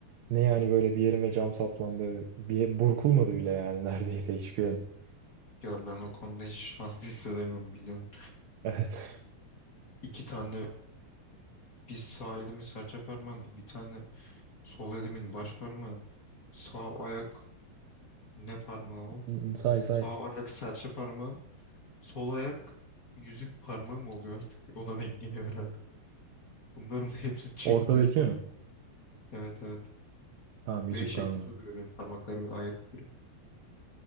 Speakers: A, on the right; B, on the left.
A: Ne yani böyle bir yerime cam saplandı. Bir burkulmadı bile yani <laughs> neredeyse hiçbir yerim.
B: Ya ben o konuda hiç şanslı hissedemiyorum biliyorsun.
A: Evet.
B: İki tane bir sağ elimin serçe parmağında bir tane sol elimin baş parmağı. Sağ ayak ne parmağı o?
A: <laughs> Say say.
B: Sağ ayak serçe parmağım. Sol ayak yüzük parmağım oluyor artık. <laughs> Ona denk geliyor herhalde. Bunların hepsi çıktı.
A: Ortadaki mi?
B: Evet evet.
A: Tamam yüzük
B: V şeklinde
A: parmağı.
B: duruyor benim parmaklarım ayrı duruyor.